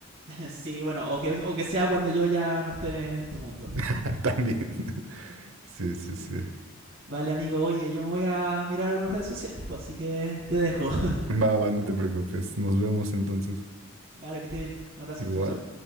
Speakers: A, on the right; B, on the right.
A: Sí, bueno, o que, o que sea cuando yo ya no esté en este mundo.
B: <laughs> También. <laughs>
A: <laughs>
B: Sí, sí,
A: Sí.
B: sí.
A: Vale, amigo, oye, yo me voy a mirar algunas redes sociales, pues así que te dejo. <laughs>
B: Va, va, no te preocupes. Nos vemos entonces.
A: Vale, que esté bien. Un abrazo,
B: Igual.
A: chao, chao.